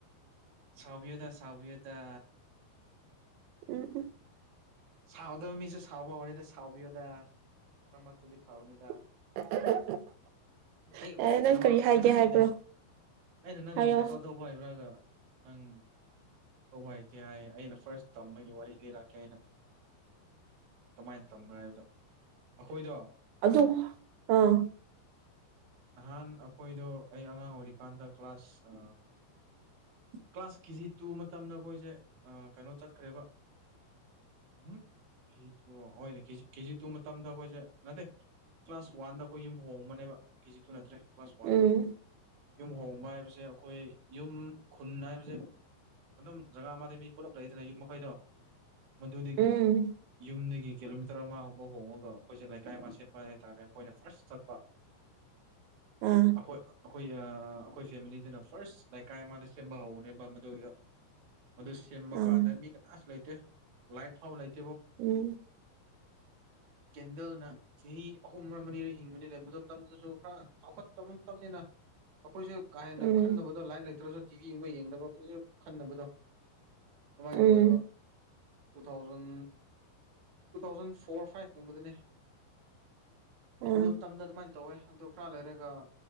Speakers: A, on the right; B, on the right.
A: ꯁꯗ ꯁꯚꯌꯗ
B: ꯎꯝ ꯎꯝ
A: ꯁꯥꯎꯗꯕ ꯃꯤꯁꯨ ꯁꯥꯎꯕ ꯍꯧꯔꯅꯤꯗ ꯁꯥꯎꯕꯤꯌꯨꯗ ꯃꯇꯝ ꯃꯔꯛꯇꯨꯗꯤ ꯐꯕꯅꯤꯗ
B: <inaudible>
A: ꯑꯩ
B: ꯌꯥꯔꯦ ꯅꯪ
A: ꯀꯩꯅꯣꯃ
B: ꯀꯔꯤ ꯍꯥꯏꯒꯦ
A: ꯍꯥꯏꯔꯛꯀꯦꯅꯦ
B: ꯍꯥꯏꯕ꯭ꯔꯣ
A: ꯑꯩꯅ ꯅꯪꯕꯨ
B: ꯍꯥꯏꯌꯣ
A: ꯁꯥꯏꯀꯜ ꯊꯧꯕ ꯍꯥꯏꯕ꯭ꯔꯥꯒ ꯅꯪ ꯊꯧꯕ ꯍꯥꯏꯇꯦ ꯍꯥꯏ ꯑꯩꯅ ꯐꯥꯔꯁ ꯇꯝꯕꯒꯤ ꯋꯥꯔꯤ ꯂꯤꯔꯛꯀꯦ ꯑꯩꯅ ꯀꯃꯥꯏꯅ ꯇꯝꯕ꯭ꯔꯣ ꯍꯥꯏꯕꯗꯣ ꯑꯩꯈꯣꯏꯗꯣ
B: ꯑꯗꯨ ꯑꯥ
A: ꯅꯍꯥꯟ ꯑꯩꯈꯣꯏꯗꯣ ꯑꯩ ꯑꯉꯥꯡ ꯑꯣꯏꯔꯤꯀꯥꯟꯗ ꯀ꯭ꯂꯥꯁ ꯀ꯭ꯂꯥꯁ ꯀꯦꯖꯤ ꯇꯨ ꯃꯇꯝꯗ ꯑꯩꯈꯣꯏꯁꯦ ꯀꯩꯅꯣ ꯆꯠꯈ꯭ꯔꯦꯕ
B: <inaudible>
A: ꯎꯝ ꯀꯦ ꯇꯅꯦꯦꯖꯤ ꯀꯦꯖꯤ ꯇꯨ ꯃꯇꯝꯗ ꯑꯩꯈꯣꯏꯁꯦ ꯉꯠꯇꯦ ꯀ꯭ꯂꯥꯁ ꯋꯥꯟꯗ ꯑꯩꯈꯣꯏ ꯌꯨꯝ ꯍꯣꯡꯉꯕꯅꯦꯕ ꯀꯦꯖꯤ ꯇꯨ ꯅꯠꯇ꯭ꯔꯦ ꯀ꯭ꯂꯥꯁ ꯋꯥꯟ
B: ꯎꯝ
A: ꯌꯨꯝ ꯍꯣꯡꯕ ꯍꯥꯏꯕꯁꯦ ꯑꯩꯈꯣꯏ ꯌꯨꯝ ꯈꯨꯟ ꯍꯥꯏꯕꯁꯦ ꯑꯗꯨꯝ ꯖꯒꯥ ꯑꯃꯗ ꯃꯤ ꯄꯨꯂꯞ ꯂꯩꯗꯅ ꯌꯨꯝ ꯃꯈꯩꯗꯣ ꯃꯗꯨꯗꯒꯤ
B: ꯎꯝ
A: ꯌꯨꯝꯗꯒꯤ ꯀꯤꯂꯣꯃꯤꯇꯔ ꯑꯃꯒꯕ ꯍꯣꯡꯉꯒ ꯑꯩꯈꯣꯏꯁꯦ ꯂꯩꯀꯥꯏ ꯑꯃ ꯁꯦꯝꯕ ꯍꯥꯏꯇꯥꯔꯦ ꯑꯩꯈꯣꯏꯅ ꯐꯥꯔꯁ ꯆꯠꯄ
B: ꯑꯥ
A: ꯑꯩꯈꯣꯏ ꯑꯩꯈꯣꯏ ꯑꯩꯈꯣꯏ ꯐꯦꯃꯤꯂꯤꯗꯨꯅ ꯐꯥꯔꯁ ꯂꯩꯀꯥꯏ ꯑꯃꯗ ꯁꯦꯝꯕ ꯍꯧꯧꯕꯅꯦꯕ ꯃꯗꯨꯗ ꯃꯗꯨ ꯁꯦꯝꯕ
B: ꯑꯥ
A: ꯀꯥꯟꯗ ꯃꯤ ꯀꯅꯥꯁꯨ ꯂꯩꯇꯦ ꯂꯥꯏꯠ ꯐꯥꯎ ꯂꯩꯇꯦ
B: ꯎꯝ
A: ꯀꯦꯟꯗꯜꯅ ꯆꯍꯤ ꯑꯍꯨꯝ ꯃꯔꯤꯔꯣꯏ ꯍꯤꯡꯕꯅꯤ ꯂꯩ ꯃꯇꯝ ꯃꯇꯝꯗꯨꯗꯁꯨ ꯈꯔ ꯆꯥꯎꯈꯠꯇꯕ ꯃꯇꯝꯅꯤꯅ ꯑꯩꯈꯣꯏꯁꯨꯦ ꯀꯥ ꯍꯦꯟꯅ
B: ꯎꯝ
A: ꯈꯟꯅꯕꯗ ꯂꯥꯏꯔꯤꯛ ꯂꯩꯇ꯭ꯔꯁꯨ ꯇꯤꯚꯤ ꯌꯦꯡꯕ ꯌꯦꯡꯗꯕ ꯀꯔꯤꯁꯨ ꯈꯟꯅꯕꯗꯣ ꯀꯃꯥꯏꯅ
B: ꯎꯝ
A: ꯇꯧꯋꯦꯕ two thousand two thousand four ꯐꯥꯏꯚꯀꯨꯝꯕꯗꯅꯦ
B: ꯑꯥ
A: ꯗꯝ ꯇꯝꯗ ꯑꯗꯨꯃꯥꯏꯅ ꯇꯧꯋꯦ ꯑꯗꯣ ꯈꯔ ꯂꯩꯔꯒ